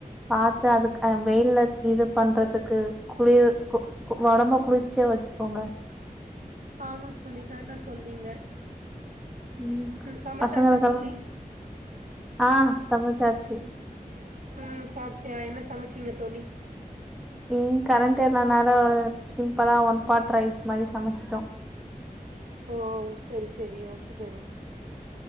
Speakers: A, in the centre; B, on the right.
A: பாத்து
B: ஆமா
A: அதுக் அ
B: தோழி
A: வெயில இது பண்றதுக்கு குளிர் கு கு ஒடம்ப குளிர்ச்சியா வெச்சுக்கோங்க
B: ஆமாத்தோழி கரெக்டா சொன்னீங்க
A: ம்.
B: மி சமச்சாச்சா
A: பசங்களுக்கெல்லாம்
B: தோழி
A: ஆ சமைச்சாச்சு.
B: ம் சாப்ட்டே என்ன சமைச்சீங்க தோழி
A: ம் கரண்ட் இல்லானால சிம்பிளா ஒன் பாட் ரைஸ் மாரி சமைச்சுட்டோ
B: ஓ செரி செரி ஓகே தோழி